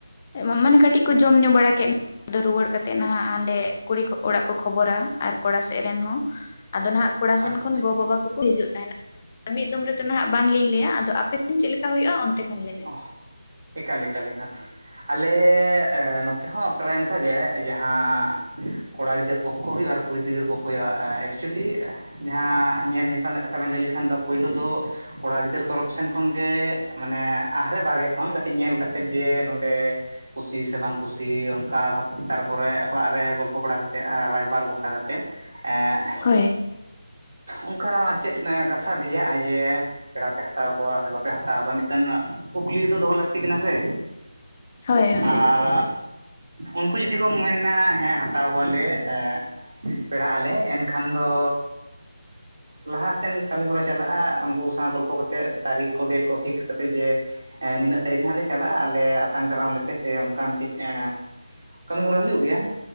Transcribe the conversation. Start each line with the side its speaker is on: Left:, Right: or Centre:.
Left: ᱢᱟ ᱢᱟᱱᱮ ᱠᱟᱹᱴᱤᱡ ᱠᱚ ᱡᱚᱢ ᱧᱩ ᱵᱟᱲᱟ ᱠᱮᱫ ᱟᱫᱚ ᱨᱩᱣᱟᱹᱲ ᱠᱟᱛᱮ ᱱᱟᱦᱟᱸᱜ ᱦᱟᱸᱰᱮ ᱠᱩᱲᱤ ᱚᱲᱟᱜ ᱠᱚ ᱠᱷᱚᱵᱚᱨᱟ ᱟᱨ ᱠᱚᱲᱟ ᱥᱮᱜ ᱨᱮᱱ ᱦᱚᱸ᱾ ᱟᱫᱚ ᱱᱟᱦᱟᱸᱜ ᱠᱚᱲᱟ ᱥᱮᱱ
Right: ᱟᱪᱪᱷᱟ
Left: ᱠᱷᱚᱱ ᱜᱚ ᱵᱟᱵᱟ ᱠᱚ ᱦᱤᱡᱩᱜ ᱛᱟᱦᱮᱸᱱᱟ᱾ ᱢᱤᱫ ᱫᱚᱢ ᱨᱮᱫᱚ ᱱᱟᱦᱟᱸᱜ ᱵᱟᱝᱞᱤᱝ ᱞᱟᱹᱭᱟ ᱟᱫᱚ ᱟᱯᱮ ᱴᱷᱮᱱ ᱪᱮᱫ ᱞᱮᱠᱟ ᱦᱳᱭᱳᱜᱼᱟ ᱚᱱᱛᱮ ᱠᱷᱚᱱ ᱞᱟᱹᱭ ᱵᱮᱱ
Right: ᱚᱦ᱾ ᱮᱠᱟᱞ ᱮᱠᱟᱞ ᱮᱠᱟᱞ᱾ ᱟᱞᱮ ᱮ ᱱᱚᱛᱮ ᱦᱚᱸ ᱯᱨᱟᱭ ᱚᱱᱠᱟ ᱜᱮ ᱡᱟᱦᱟᱸ ᱠᱚᱲᱟ ᱜᱤᱫᱟᱹᱨ ᱯᱚᱠᱠᱷᱚ ᱦᱳᱭᱳᱜᱼᱟ ᱟᱨ ᱠᱩᱲᱤ ᱜᱤᱫᱟᱹᱨ ᱯᱚᱠᱠᱷᱚᱭ ᱦᱩᱭᱩᱜᱼᱟ ᱮᱸ ᱮᱠᱪᱩᱭᱮᱞᱤ ᱡᱟᱦᱟᱸ ᱧᱮᱞ ᱧᱟᱯᱮᱞ ᱨᱮᱱᱟᱜ ᱠᱟᱛᱷᱟ ᱵᱮᱱ ᱞᱟᱹᱭ ᱞᱮᱠᱷᱟᱱ ᱫᱚ ᱯᱩᱭᱞᱩ ᱫᱚ ᱠᱚᱲᱟ ᱜᱤᱫᱟᱹᱨ ᱛᱚᱨᱚᱯ ᱥᱮᱱ ᱠᱷᱚᱱ ᱜᱮ ᱮᱸ ᱢᱟᱱᱮ ᱟᱦᱨᱮ ᱵᱟᱦᱨᱮ ᱠᱷᱚᱱ ᱠᱟᱹᱴᱤᱡ ᱧᱮᱞ ᱠᱟᱛᱮᱫ ᱡᱮ, ᱱᱚᱸᱰᱮ ᱠᱩᱥᱤ ᱥᱮ ᱵᱟᱝ ᱠᱩᱥᱤ ᱚᱱᱠᱟ ᱵᱷᱟᱵᱽᱛᱮ ᱛᱟᱨᱯᱚᱨᱮ ᱚᱲᱟᱜ ᱨᱮ ᱜᱚᱞᱯᱷᱚ ᱵᱟᱲᱟ ᱠᱟᱛᱮᱫ ᱨᱟᱭᱵᱟᱨ ᱜᱚᱴᱟ ᱠᱟᱛᱮᱫ ᱮᱸ
Left: ᱦᱳᱭ
Right: ᱚᱱᱠᱟ ᱟᱨᱪᱮᱫ ᱠᱟᱛᱷᱟ ᱵᱷᱮᱡᱟᱜᱼᱟ ᱡᱮ, ᱯᱮᱲᱟ ᱯᱮ ᱦᱟᱛᱟᱣ ᱠᱚᱣᱟ ᱥᱮ ᱵᱟᱯᱮ ᱦᱟᱛᱟᱣ ᱠᱚᱣᱟ ᱢᱤᱫᱴᱮᱱ ᱠᱩᱠᱞᱤ ᱫᱚ ᱫᱚᱦᱚᱸ ᱞᱟᱹᱠᱛᱤ ᱠᱟᱱᱟ ᱥᱮ
Left: ᱦᱳᱭ ᱦᱳᱭ
Right: ᱟᱨ ᱩᱱᱠᱩ ᱡᱩᱫᱤ ᱠᱚ ᱢᱮᱱᱟ ᱦᱮᱸ ᱦᱟᱛᱟᱣ ᱠᱚᱣᱟᱞᱮ ᱮᱸ ᱯᱮᱲᱟᱜ ᱟᱞᱮ ᱮᱱᱠᱷᱟᱱ ᱫᱚ ᱞᱟᱦᱟᱥᱮᱱ ᱠᱟᱹᱢᱤ ᱦᱚᱨᱟ ᱪᱟᱞᱟᱜᱼᱟ ᱩᱱᱠᱩ ᱥᱟᱶ ᱜᱚᱞᱯᱚ ᱠᱟᱛᱮᱫ ᱛᱟᱨᱤᱠ ᱠᱚ ᱰᱮᱴ ᱠᱚ ᱯᱷᱤᱠᱥ ᱠᱟᱛᱮᱫ ᱡᱮ ᱮᱸ ᱱᱤᱱᱟᱹᱜ ᱛᱟᱹᱨᱤᱠᱷ ᱦᱟᱸᱜ ᱞᱮ ᱪᱟᱞᱟᱜᱼᱟ, ᱟᱞᱮ ᱟᱛᱟᱝ ᱫᱟᱨᱟᱢ ᱞᱮᱯᱮ ᱥᱮ ᱚᱱᱠᱟ ᱢᱤᱫᱴᱤᱡ ᱮᱸ ᱠᱟᱹᱢᱤ-ᱦᱚᱨᱟ ᱦᱩᱭᱩᱜ ᱜᱮᱭᱟ